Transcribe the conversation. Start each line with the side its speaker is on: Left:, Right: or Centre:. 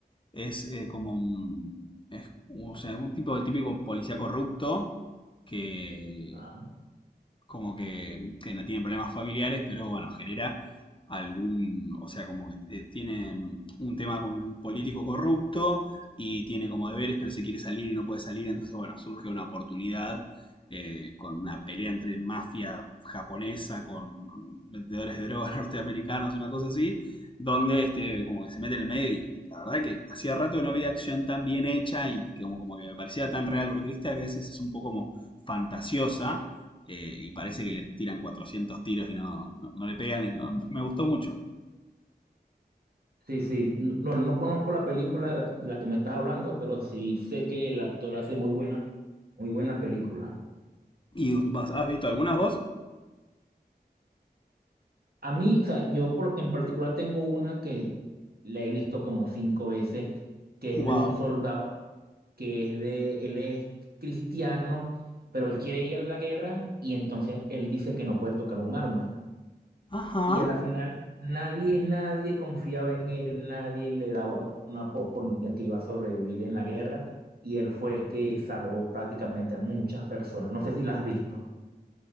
Left: es eh, como un, es, o sea, un tipo, el típico policía corrupto que,
Right: ajá.
Left: como que, que no tiene problemas familiares, pero bueno, genera algún, o sea, como que eh, tiene mm, un tema con un político corrupto y tiene como deberes, pero se quiere salir y no puede salir, entonces bueno, surge una oportunidad eh, con una pelea entre mafia japonesa con mm, vendedores de drogas <laughs> norteamericanos, una cosa así, donde este, como que se mete en el medio y la verdad que hacía rato que no había acción tan bien hecha y que como, como que me parecía tan real, porque viste que a veces es un poco como fantasiosa eh, y parece que le tiran 400 tiros y no, no, no le pegan. no- me gustó mucho.
Right: Sí, sí, no, no no conozco la película de la que me estás hablando, pero sí sé que el actor hace muy buenas, muy buenas películas.
Left: ¿Y vos has visto algunas vos?
Right: A mí, o sea, yo por- en particular tengo una que la he visto como cinco veces, que
Left: ¡Wow!
Right: es de un soldado, que es de, él es cristiano, pero él quiere ir a la guerra y entonces él dice que no puede tocar un arma.
Left: Ajá.
Right: Y a la final nadie, nadie confiaba en él, nadie le daba un po- una oportunidad que iba a sobrevivir en la guerra y él fue que salvó prácticamente a muchas personas. No sé si la has visto.